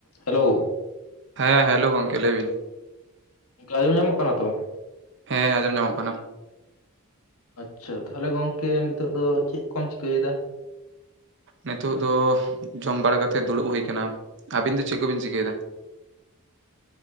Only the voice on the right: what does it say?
ᱦᱮᱸ, hello ᱜᱚᱝᱠᱮ ᱞᱟᱹᱭ ᱵᱤᱱ᱾
ᱦᱮᱸ ᱟᱸᱡᱚᱢ ᱧᱟᱢᱚᱜ ᱠᱟᱱᱟ᱾
ᱱᱤᱛᱚᱜ ᱫᱚ ᱡᱚᱢ ᱵᱟᱲᱟ ᱠᱟᱛᱮᱫ ᱫᱩᱲᱩᱵ ᱦᱩᱭ ᱠᱟᱱᱟ, ᱟᱹᱵᱤᱱ ᱫᱚ ᱪᱮᱫ ᱠᱚᱵᱤᱱ ᱪᱤᱠᱟᱹᱭ ᱫᱟ? <inaudible>